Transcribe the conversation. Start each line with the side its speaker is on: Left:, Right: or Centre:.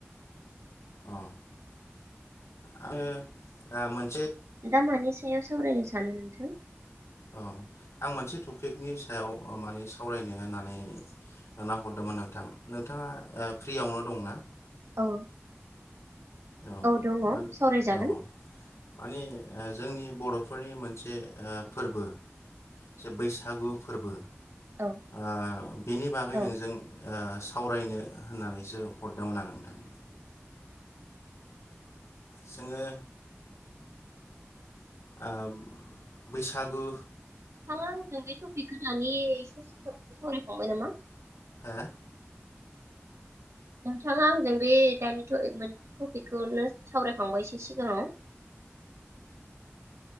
Left: अ आङो ओ मोन
Right: दा मानि सायाव सावरायनो सानो नोंथां?
Left: औ आं मोनसे टपिकनि सायाव ओ माने सावरायनो होननानै नोंनाव हरदोंमोन नोंथां नोंथाङा ओ फ्रियावनो दंना?
Right: औ
Left: औ
Right: दङ
Left: मान
Right: सावरायजागोन
Left: औ माने ओ जोंनि बर'फोरनि मोनसे ओ फोरबो जे बैसागु फोरबो
Right: औ
Left: ओ बिनि बागै
Right: औ
Left: नोंजों ओ सावरायनो होननानैसो हरदोंमोन आं नोंथां। जोङो ओ बैसागु
Right: थाङा आंजों बे टपिकखौ दानि एसे सावरायखांबाय नामा?
Left: हा
Right: नोंथाङा आंजों बे दानि <unintelligible> बेखौनो सावरायखांबाय एसे एसे <unintelligible>